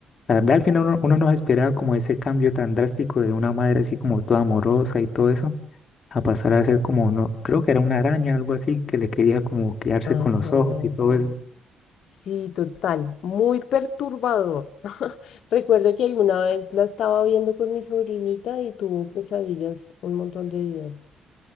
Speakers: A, on the left; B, on the left.
A: la verdad, al final uno, uno no se esperaba como ese cambio tan drástico de una madre así como toda amorosa y todo eso, a pasar a ser como, no, creo que era una araña, algo así, que le quería como quedarse
B: Ajá.
A: con los ojos y todo eso.
B: Sí, total. Muy perturbador. <laughs> Recuerdo que alguna vez la estaba viendo con mi sobrinita y tuvo pesadillas un montón de días.